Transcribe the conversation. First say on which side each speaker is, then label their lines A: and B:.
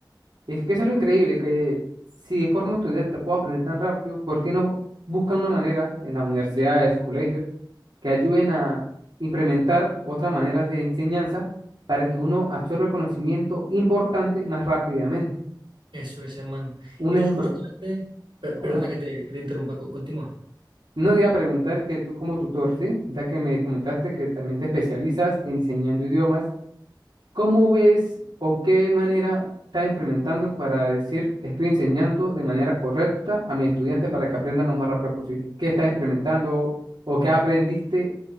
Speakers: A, on the right; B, on the right.
A: Y Es que eso es lo increíble, que si de forma autodidacta puedo aprender tan rápido, ¿por qué no buscan una manera en las universidades, colegios, que ayuden a implementar otras maneras de enseñanza para que uno absorba el conocimiento importante más rápidamente?
B: Eso es, hermano.
A: Un
B: Y
A: ejemplo,
B: eso es justamente. per-
A: ¿cómo?
B: perdona que te, que te interrumpa, co- continúa.
A: No te iba a preguntar que tú como tutor, ¿sí? Ya que me comentaste que también te especializas
B: Sí.
A: enseñando idiomas. ¿Cómo ves o qué manera estás implementando para decir estoy enseñando de manera correcta a mis estudiantes
B: Ujú,
A: para que aprendan lo más rápido posible? ¿Qué estás implementando o
B: mm,
A: qué aprendiste